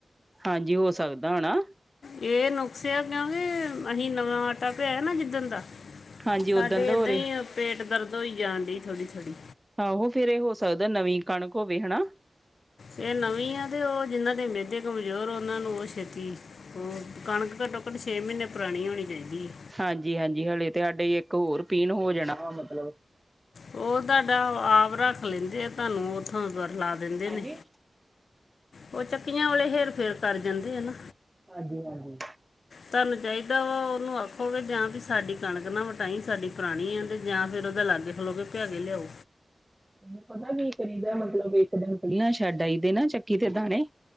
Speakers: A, on the right; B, on the left.
A: ਹਾਂਜੀ ਹੋ ਸਕਦਾ ਹਨਾ।
B: ਇਹ ਨੁਕਸਿਆ ਕਿਉਂਕਿ ਅਸੀਂ ਨਵਾਂ ਆਟਾ ਪਿਆ ਨਾ ਜਿੱਦਣ ਦਾ।
A: ਹਾਂਜੀ ਓਦਣ
B: ਸਾਡੇ
A: ਦਾ
B: ਏਦਾਂ
A: ਹੋ ਰਹੇ
B: ਹੀ ਪੇਟ ਦਰਦ ਹੋਈ ਜਾਣ ਡੀ ਥੋੜੀ ਥੋੜ੍ਹੀ।
A: ਆਹੋ ਫੇਰ ਇਹ ਹੋ ਸਕਦਾ ਨਵੀਂ ਕਣਕ ਹੋਵੇ ਹਨਾ।
B: ਇਹ ਨਵੀਂ ਆ ਤੇ ਉਹ ਜਿੰਨ੍ਹਾਂ ਦੇ ਮਿਹਦੇ ਕਮਜ਼ੋਰ ਉਹਨਾਂ ਨੂੰ ਉਹ ਛੇਤੀ। ਉਹ ਕਣਕ ਘੱਟੋ ਘੱਟ ਛੇ ਮਹੀਨੇ ਪੁਰਾਣੀ ਹੋਣੀ ਚਾਹੀਦੀ ਹੈ।
A: ਹਾਂਜੀ, ਹਾਂਜੀ ਹਲੇੇ ਤੇ ਸਾਡੇ ਇੱਕ ਹੋਰ ਪੀਣ ਹੋ ਜਾਣਾ ਵਾ ਮਤਲਬ
B: ਉਹ ਤੁਹਾਡਾ ਆਪ ਰੱਖ ਲੈਂਦੇ ਆ, ਤੁਹਾਨੂੰ ਉੱਥੋਂ ਬਰਲਾ ਦਿੰਦੇ
A: ਹਾਂਜੀ
B: ਨੇ। ਉਹ ਚੱਕੀਆਂ ਵਾਲਲੇ ਹੇਰ ਫੇਰ ਕਰ ਜਾਂਦੇ ਹਨ ਨਾ।
A: ਹਾਂਜੀ, ਹਾਂਜੀ
B: ਤੁਹਾਨੂੰ ਚਾਹੀਦਾ ਵਾ ਉਹਨੂੰ ਆਖੋਗੇ ਜਾਂ ਵੀ ਸਾਡੀ ਕਣਕ ਨਾ ਤਾਂ ਹੀ ਸਾਡੀ ਪੁਰਾਣੀ ਆ ਤੇ ਜਾਂ ਫੇਰ ਉਹਦੇ ਲਾਗੇ ਖਲੋ ਕੇ ਭਿਆਕੇ ਲਿਆਓ।
A: ਉਹਨੂੰ ਪਤਾ ਵੀ ਇਹ ਕਰੀ ਦਾ ਮਤਲਬ ਇੱਕ ਦਿਨ ਪਹਿਲਾਂ ਛੱਡ ਆਈ, ਤੇ ਨਾ ਚੱਕੀ ਤੇ ਦਾਣੇ